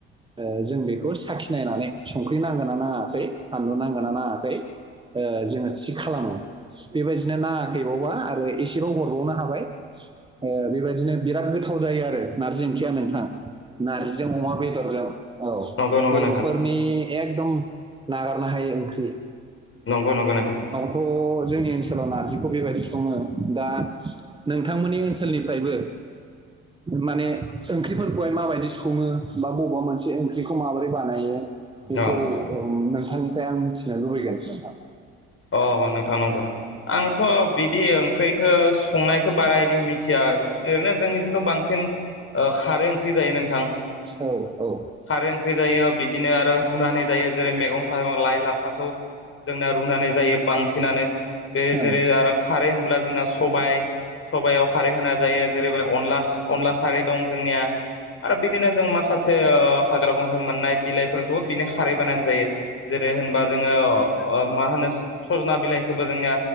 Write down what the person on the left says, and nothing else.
नंगौ नोंथां नंगौ नंगौ
नोंथां
नंगौ नंगौ नोंथां।
औ
अ नोंथां नंगौ आंथ बिदि ओंख्रिखौ संनायखौ बारा इदि मिथिया ओरैनो जोंनिथिंथ बांसिन ओ खारै ओंख्रि जायो नोंथां।
खारै ओंख्रि जायो बिदिनो आरो रुनानै जायो। जेरै मैगं थाइगं लाइ लाफाखौ जोंना रुनानै जायो बांसिनानो बे
जेरै आरो खारै होनब्ला जोंना सबाय। सबायाव खारै होना जायो जेरैबायदि अनला अनला खारै दं जोंनिया। आरो बिदिनो जों माखासे हाग्रा बंगाइ मोननाय बिलाइफोरखौबो बिनि खारै बानायनानै जायो जे रै होनबा जोङो मा होनो सजना बिलाइखौबो जोंनिया